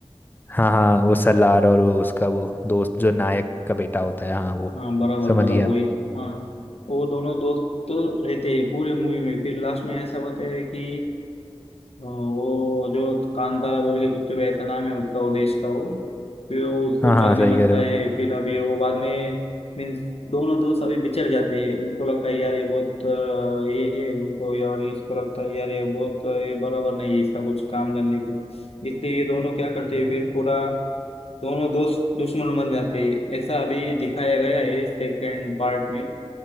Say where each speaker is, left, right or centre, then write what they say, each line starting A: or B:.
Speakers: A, on the left; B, on the left.
A: हाँ हाँ वो सलार और वो उसका वो दोस्त जो नायक का बेटा होता है हाँ वो
B: हाँ बराबर
A: समझ
B: बराबर
A: गया
B: वही
A: मैं
B: हाँ वो दोनों दोस्त रहते हैं पूरी मूवी में फिर लास्ट में ऐसा बताया कि अ, वो जो कांतारा बोल के कुछ तो ऐसा नाम है उसका वो देश का वो फिर वो उसको
A: हाँ हाँ
B: चाहने
A: सही
B: लगता
A: कह रहे
B: है
A: हो
B: फिर अभी वो बाद में मीन्स दोनों दोस्त अभी बिछड़ जाते हैं उनको लगता है यार ये बहुत अ, ये है उनको यार इसको लगता है यार ये बहुत अ, ये बराबर नहीं है इसका कुछ काम धंधे कुछ इसलिए ये दोनों क्या करते हैं फिर पूरा दोनों दोस्त दुश्मन बन जाते हैं ऐसा अभी दिखाया गया है सेकंड पार्ट में